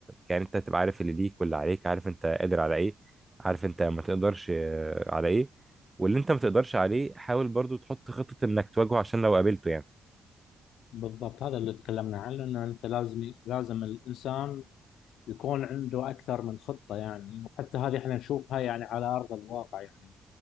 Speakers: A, on the right (about 15°); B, on the left (about 85°).
A: يعني انت تبقى عارف اللي ليك واللي عليك عارف انت قادر على ايه عارف انت ما تقدرش آه، على ايه واللي انت ما تقدرش عليه حاول برضو تحط خطة انك تواجهه عشان لو قابلته يعني
B: بالضبط هذا اللي تكلمنا عنه انه انت لازم لازم الانسان يكون عنده اكثر من خطه يعني وحتى هذه احنا نشوفها يعني على ارض الواقع يعني